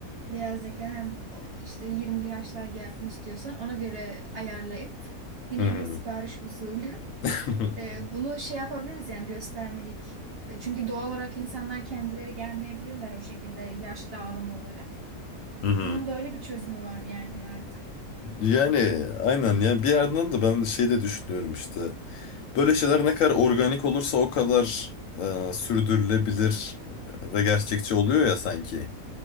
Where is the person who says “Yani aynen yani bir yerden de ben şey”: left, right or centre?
Left